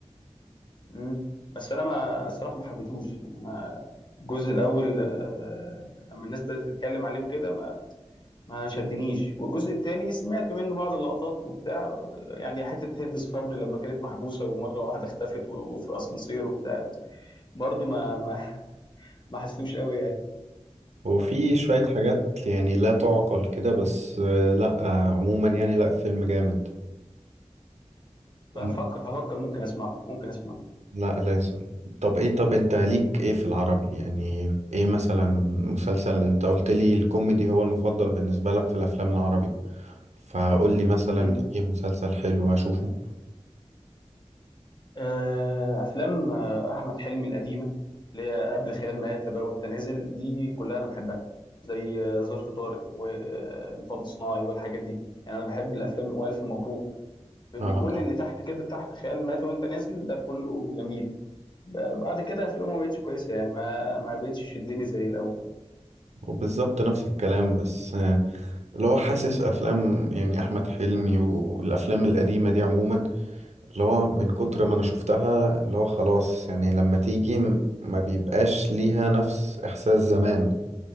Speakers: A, on the left; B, on the right.
A: امم بس انا ما الصراحه ما حبيتهوش يعني انا الجزء الاول آه، لما الناس بدات تتكلم عليه وكده ما شدنيش والجزء التاني سمعت منه بعض اللقطات وبتاع يعني حتة هند صبري لما كانت محبوسة ومرة واحدة اختفت و- وفي أسانسير وبتاع برضو ما ما ما حسيتوش قوي يعني
B: هو في شوية حاجات يعني لا تعقل كده بس آه، لا آه، عموما يعني لا فيلم جامد
A: هفكر
B: أم-
A: هفكر ممكن أسمعه ممكن أسمعه
B: لا لازم طب ايه طب انت ليك ايه في العربي يعني ايه مثلا مسلسل انت قلت لي الكوميدي هو المفضل بالنسبة لك في الافلام العربي فقول لي مثلا
A: مم.
B: ايه مسلسل حلو اشوفه
A: آه، أفلام آه، أحمد حلمي القديمة اللي هي قبل خيال مآتة بقى وأنت نازل دي كلها أنا بحبها زي آه، ظرف طارق ومطب صناعي والحاجات دي يعني أنا بحب الأفلام وألف مبروك فاهمني
B: اه
A: كل
B: طبعا
A: اللي تحت كده تحت خيال مآتة وأنت نازل ده كله جميل ب- بعد كده افلامه ما بقتش كويسه يعني ما ما بقتش تشدني زي الاول
B: وبالظبط نفس الكلام بس آه، اللي هو حاسس افلام يعني احمد حلمي والافلام القديمة دي عموما اللي هو من كتر ما انا شفتها اللي هو خلاص يعني لما تيجي م- ما بيبقاش ليها نفس احساس زمان